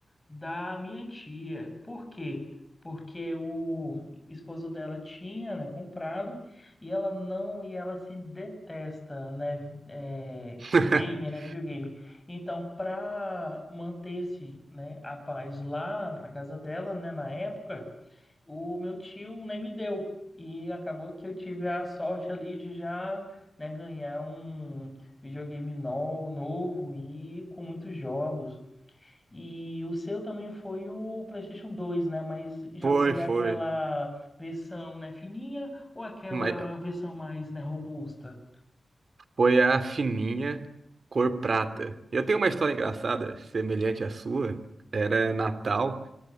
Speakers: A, on the left; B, on the right.
A: da minha tia. Por quê? Porque o esposo dela tinha, né, comprado e ela não, e ela se detesta, né, é, game,
B: <laughs>
A: né, videogame. Então, para manter-se, né, a paz lá na casa dela, né, na época, o meu tio, né, me deu. E acabou que eu tive a sorte ali de já, né, ganhar um videogame no- novo e com muitos jogos. E o seu também foi o PlayStation 2, né? Mas já
B: Foi,
A: foi
B: foi.
A: aquela versão, né, fininha ou aquela
B: Mas,
A: versão mais, né, robusta?
B: Foi a fininha cor prata. Eu tenho uma história engraçada, semelhante à sua. Era Natal